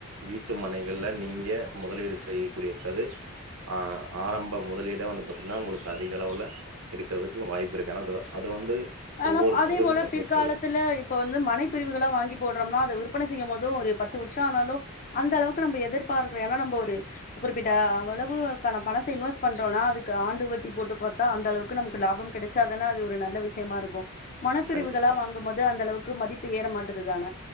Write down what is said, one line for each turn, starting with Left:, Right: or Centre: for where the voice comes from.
Right: வீட்டு மனைகள்ல நீங்க முதலீடு செய் கூடியே இக்காது ஆ ஆரம்ப முதலீடே வந்து பாத்தீட்னா உங்களுக் அதிகளவுல இருக்கற்துக்கு வாய்ப்பு இருக்கு ஆனா அது அது வந்து
Left: ஆனாப்
Right: ஒவ்வொரு
Left: அதே
Right: பகுதிகள
Left: போல பிற்காலத்
Right: பொறுத்தது
Left: துல இப்ப வந்து மனைப்பிரிவுகளா வாங்கி போட்றம்னா அத விற்பன செய்யம்மோது ஒரு பத்து வருஷோ ஆனாலு அந்தளவுக்கு நம்ப எதிர்பார்கறோ எனா நம்ப ஒரு குறிப்பிட்ட அவ்வளவுக்கான பணத்த இன்வெஸ்ட் பண்றோனா அதுக்கு ஆண்டு வட்டி போட்டுப் பாத்தா அந்தளவுக்கு நமக்கு லாபம் கெடச் சாதான அது ஒரு நல்ல விஷ் சியமாருக்கு மனப்பிரிவுகளா
Right: கண்டிப்பா
Left: வாங்கம்மோது அந்தளவுக்கு மதிப்பு ஏற மாட்டது தான